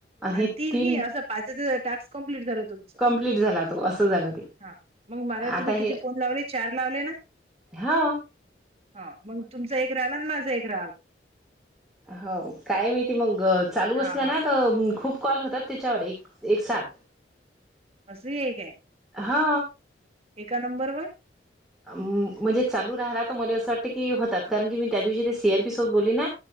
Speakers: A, on the right (about 35°); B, in the centre.
A: आणि
B: हे
A: तीनही
B: तीन
A: अस पाचच टास्क कंप्लीट झाल तुम्
B: कंप्लीट झाला तो असं झालं ते
A: हा मग मला
B: आता
A: तुम्ही किती
B: हे
A: फोन लावले चार लावले ना
B: हा
A: हा मग तुमचा एक राहाल आणि माझा एक राहाल
B: हो काय माहिती मग चालू
A: हा
B: असलं ना
A: हा
B: तर खूप कॉल होतात त्याच्यावर एक एक सात
A: असं आहे काय
B: हा
A: एका नंबरवरर
B: म्हणजे चालू राहला तर मला असं वाटतं की होतात कारण की मी त्या दिवशी ते सी आरपी सोबत बोलली ना